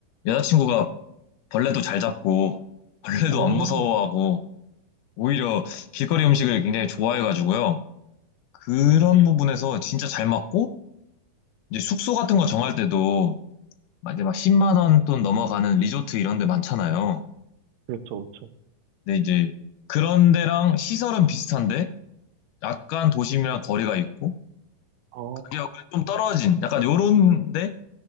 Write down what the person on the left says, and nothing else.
여자친구가 벌레도 잘 잡고 벌레도
안 무서워하고 오히려 길거리 음식을 굉장히 좋아해가지고요. 그런
음. 부분에서 진짜 잘 맞고, 이제 숙소 같은 거 정할 때도 막 이제 막 10만 원 돈 넘어가는 리조트 이런 데 많잖아요.
근데 이제 그런 데랑 시설은 비슷한데 약간 도심이랑 거리가 있고
가격은 좀 떨어진 약간 요런데